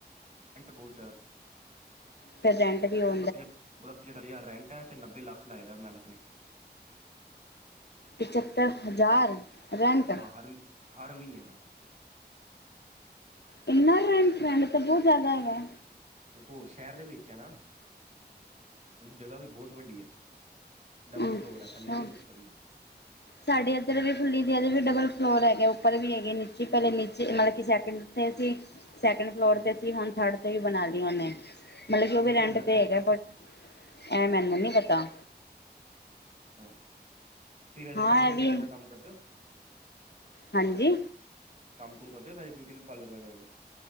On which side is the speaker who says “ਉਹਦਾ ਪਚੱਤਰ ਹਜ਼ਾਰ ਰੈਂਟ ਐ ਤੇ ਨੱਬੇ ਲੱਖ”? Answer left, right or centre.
Right